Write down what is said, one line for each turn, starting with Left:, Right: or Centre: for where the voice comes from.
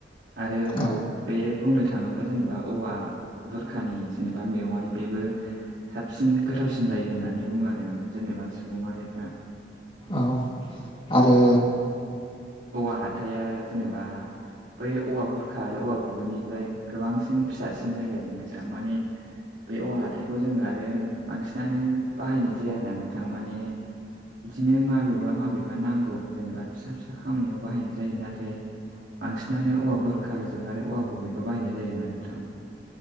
Right: आरो
Left: औ
Right: बे बुंनो थाङोब्ला जेनेबा औवा बुरखानि जेनेबा मेवाय बेबो साबसिन गोथावसिन जायो होननानै बुङो आरो‌ ना जेनेबा सुबुं माहारिफ्रा।
Left: औ आरो
Right: औवा हाथाया जेनेबा बै औवा बुरखा औवा गुबैनिफ्राय गोबांसिन फिसासिन जायो आरो ना नोंथां। माने बे औवा हाथायखौ जोङो आरो बांसिनानो बाहायनाय जाया ना नोंथां माने इदिनो माबेबा माबेबा नांगौ जेनेबा फिसा फिसा खामानियाव बाहायनाय जायो। नाथाय बांसिनानो औवा बुरख गोजों आरो औवा गुबैखौ बाहायनाय जायो ना नोंथां।